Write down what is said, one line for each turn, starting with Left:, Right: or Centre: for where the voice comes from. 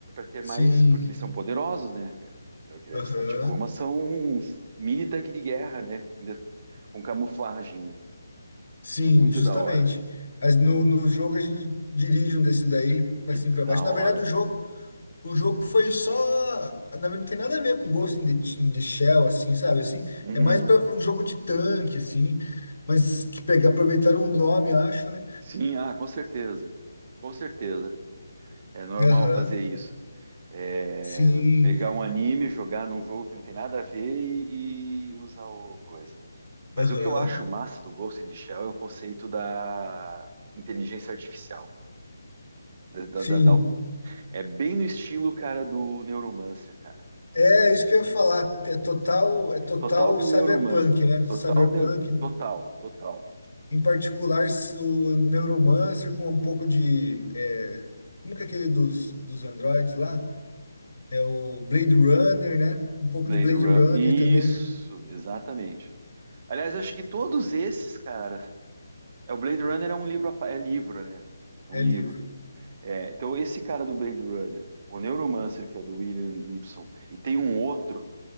Right: ter
Left: Sim,
Right: mais. Porque eles são poderosos, né, cara? É o Eles
Left: aham.
Right: Tacoma são uns mini tanque de guerra, né? Ainda Com camuflagem. né?
Left: Sim,
Right: É muito
Left: justamente.
Right: da hora.
Left: Mas no, no jogo a gente dirige um desse daí pra
Right: Que
Left: cima e pra
Right: da
Left: baixo.
Right: hora.
Left: Na verdade, o jogo, o jogo foi só. Na verdade, não tem nada a ver com Ghost in the, in the Shell, assim, sabe? Assim,
Right: Uhum.
Left: é mais pra um jogo de tanque, assim. Mas que pegar, aproveitaram o nome, acho, né?
Right: Sim, ah, com certeza. Com certeza. É normal
Left: Aham.
Right: fazer isso. É,
Left: Sim.
Right: pegar um anime, jogar num jogo que não tem nada a ver e, e usar o coisa. Mas
Left: Aham.
Right: o que eu acho massa do Ghost in the Shell é o conceito da inteligência artificial da,
Left: Sim.
Right: da, da É bem no estilo, cara, do Neuromancer, cara.
Left: É isso que eu ia falar. É total, é total
Right: Total Neuromancer.
Left: cyberpunk, né?
Right: Total,
Left: Cyberpunk
Right: neu- total, total.
Left: Em particular, o Neuromancer com um pouco de. é, como que é aquele dos, dos androids lá? É o Blade Runner, né? Um pouco
Right: Blade
Left: de Blade
Right: Runner.
Left: Runner
Right: Isso,
Left: também, né?
Right: exatamente. Aliás, acho que todos esses, cara. É, o Blade Runner é um livro, a pa- é livro, né? É
Left: É
Right: um livro.
Left: livro.
Right: É, então, esse cara do Blade Runner, o Neuromancer, que é o do William Gibson, e tem um outro,